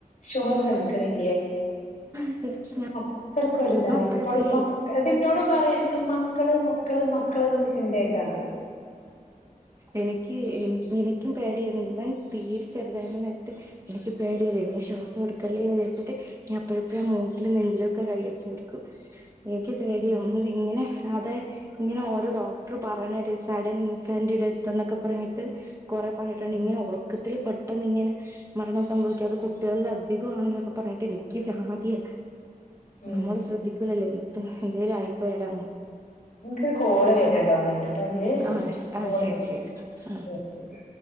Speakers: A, on the left; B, on the right.
A: ശ്വാസ്
B: ആഹ്
A: എടുക്ക്ണ്ലെ
B: <unintelligible>
A: അത്രക്കൊരിതാ
B: അപ്പഴപ്പഴേ
A: ഇപ്പഴും മക്ക ടി എന്നോട് പറയും ഇന്ക്ക് മ മക്കള് മക്കള് മക്കള്ന്ന്ള്ള ചിന്തായിട്ടാണ്. ന്ന്
B: എനിക്ക് എനിക്കും പേടിയാന്ന് ഇവൻ തരെച്ചെറുതായിന്ന നേരത്ത്. എനിക്ക് പേടിയതേന്ന് ശ്വാസം എടുക്കല്ലേ എന്ന് വിജരിചിട്. ഞാപ്പഴുംപ്പൊഴും ആ മൂക്കിലും നെന്തിലൊക്കെ കൈ വെച്ചോക്കും എനിക്ക് പേടിയോത്
A: ഉം
B: ഇങ്ങനെ അത് ഇങ്ങനെ ഓരോ ഡോക്ടർ പറയണേട്ട് ഒരു സഡൻ സെന്റ് ഡെത്ത് എന്നൊക്കെ പറഞ്ഞിട്ട് കൊറെ പറഞ്ഞിട്ടുണ്ട്
A: ഉം
B: ഇങ്ങനെ ഉറക്കത്തില് പെട് ട്ടെന്നിങ്ങനെ മരണം സംഭവിക്കാം അത് കുട്ടികളിലധികമാണെന്നൊക്കെ പറഞ്ഞിട്ട് എനിക്ക് വ്യാധിയാ
A: ഉം
B: നമ്മള് ശ്രദ്ധിക്കൂലല്ലോ ഇട്ടും എന്തേലും ആയിപ്പൊയാല്ലാണ്.
A: ന്ക്ക് കോള് വര്ന്ണ്ടൊന്നുണ്ട് ട്ടൊ ഇതില്
B: ആഹ് ആഹ്
A: കോള്
B: ശരി ശരി ആ
A: ശരി ശെരി